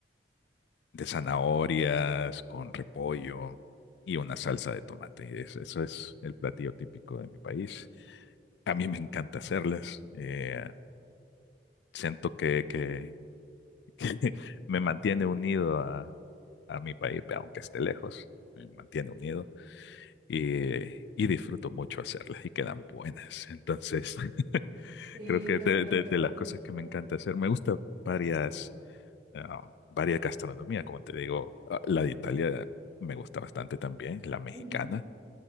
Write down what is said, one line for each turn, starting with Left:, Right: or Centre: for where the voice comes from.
Left: de zanahorias, con repollo y una salsa de tomate. Y es- eso es el platillo típico de mi país. A mí me encanta hacerlas. eh, siento que, que, <laughs> que me mantiene unido a, a mi país, aunque esté lejos, me mantiene unido y, y disfruto mucho hacerlas y quedan buenas. Entonces... <laughs>
Right: Sí,
Left: Creo que
Right: suena
Left: de,
Right: bien
Left: de, de las
Right: rico.
Left: cosas que me encanta hacer, me gusta varias. ah, varias gastronomías, como te digo, ah, la de Italia me gusta bastante también, la mexicana,
Right: Ujú.